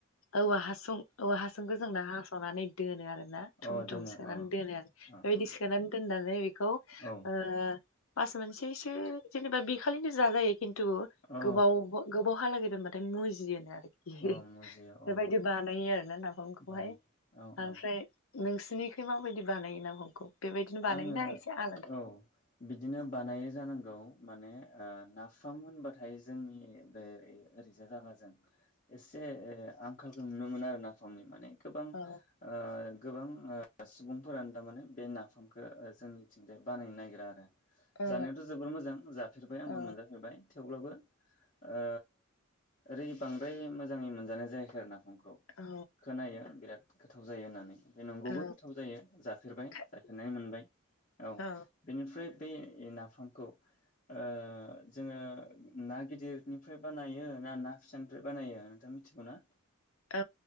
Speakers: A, on the left (about 75°); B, on the left (about 40°).
A: औवा हासुं औ हासुंखो जोंना हास'नानै दोनो आरो। ना थुम
B: अ दोनो
A: थुम सोनानै
B: अ
A: दोनो
B: अ
A: बेबायदि
B: नंगौ
A: सोनानै दोननानै बेखौ
B: औ
A: ओ मास मोनसेसो जेनेबा बेखालिनो जाजायो। खिन्थु
B: औ
A: गोबाव गोबावहालागै दोनबाथाय मुजियोनो आरो। <unintelligible>
B: औ मुजिया
A: बेबायदि
B: अ
A: बानायो आरो ना नाफामखौहाय
B: बानायो औ
A: आमफ्राय
B: औ
A: नोंसिनिखै माबायदि बानायो नाफामखौ? बेबायदिनो बानायोना
B: आङो
A: एसे आलादा
B: औ बिदिनो बानायो जानांगौ। माने ओ नाफाम होनबाथाय जोंनि बे ओरैजा जागाजों एसे आंखालखौ नुनो मोनो आरो नाफामनि माने गोबां
A: औ
B: ओ गोबां ओ सुबुंफोरानो थारमाने बे ना फामखो ओ जोंनिथिंजाय बानायनो नागिरा आरो।
A: ओ
B: जानायावथ' जोबोर मोजां जाफेरबाय आंबो
A: औ
B: मोनजाफेरबाय थेवब्लाबो ओ ओरै बांद्राय मोजाङै मोनजानाय जायाखै आरो नाफामखो। खौ
A: औ
B: खोनायो बिराद गोथाव जायो होननानै। बे नंगौबो
A: औ
B: गोथाव जायो जा जाफेरबाय।
A: खा-
B: जाफेरनाय मोनबाय औ
A: ओ
B: बेनिफ्राय बे नाफामखौ ओ जोङो ना गिदिरनिफ्राय बानायो ना ना फिसानिफ्राय बानायो नोंथां मिथिगौना?
A: औ